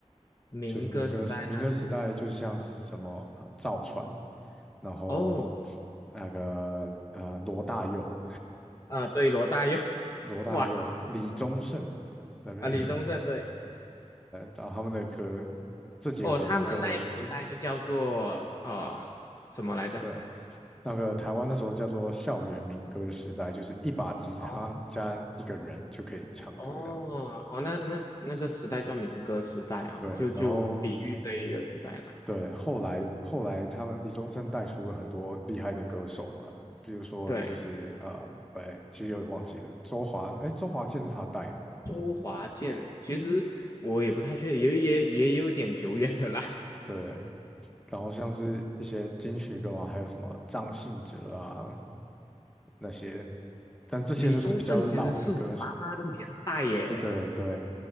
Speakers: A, on the left; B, in the centre.
A: 民歌时代那
B: 就是民歌时民歌时代，就像是什么啊呃赵传，然后
A: 哦
B: 那个呃罗大佑、
A: 啊，对，罗大佑
B: <laughs> 罗大佑、
A: 哇
B: 李宗盛那边，
A: 啊，
B: <laughs>
A: 李宗盛对
B: 的然后他们的歌，这几个人的歌我也有听。
A: 哦，他们那一时代就叫做呃什么来着？
B: 对，那个台湾那时候叫做校园民歌时代，就是一把吉他加一个人就可以唱歌这样。
A: 哦哦哦，那那那个时代叫民歌时代哦，
B: 对，
A: 就就比喻这一个时代啦。
B: 然后对，后来后来他们李宗盛带出了很多厉害的歌手嘛，比如说就是呃，
A: 对，
B: 哎，其实有点忘记了，周华，哎，周华健是他带的嘛，
A: 周华健，其实我也不太确定，也也也有点久远的啦。<laughs>
B: 对，然后像是一些金曲歌王，还有什么张信哲啊那些，但是这些就是比较老的歌手，
A: 李宗盛其实是我妈妈的年代耶，
B: 对对对，